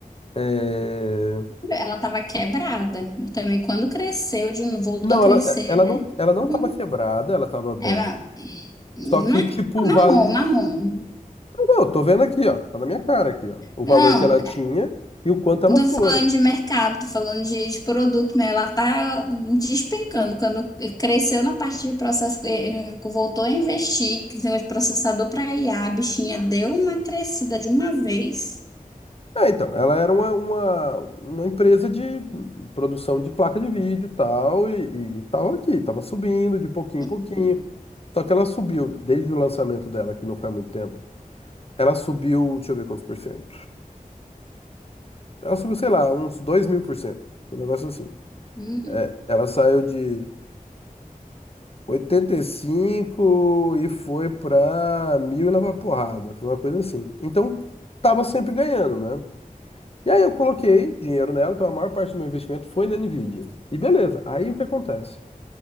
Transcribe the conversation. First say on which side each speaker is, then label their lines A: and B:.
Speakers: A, on the left; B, on the left.
A: eh,
B: Ela estava quebrada. E também quando cresceu, de novo, voltou
A: não,
B: a crescer,
A: ela, ela
B: né?
A: não, ela não
B: Eu-
A: estava quebrada, ela estava bem.
B: É uma...
A: Só que,
B: ma-
A: tipo,
B: marrom,
A: vale
B: marrom.
A: Não, eu tô vendo aqui, ó. Tá na minha cara aqui, ó. O
B: Não,
A: valor que ela tinha e o quanto ela
B: Não
A: foi.
B: tô falando de mercado, tô falando de, de produto mesmo. Ela tá despencando. Quando cresceu na parte de processo, eh, voltou a investir, que tem um processador para IA, a a bichinha deu uma crescida de uma vez.
A: É, então, ela era uma, uma, uma empresa de produção de placa de vídeo tal, e, e tava aqui, tava subindo de pouquinho
B: Uhum.
A: em pouquinho. Só que ela subiu, desde o lançamento dela, que não faz muito tempo, ela subiu, deixa eu ver quantos por cento. Ela subiu, sei lá, uns dois mil por cento. Um negócio assim.
B: Hum.
A: É, ela saiu de oitenta e cinco e foi pra mil e lá vai porrada. Foi uma coisa assim. Então, tava sempre ganhando, né? E aí eu coloquei dinheiro nela, então a maior parte do meu investimento foi na Nvidia. E beleza, aí o que acontece?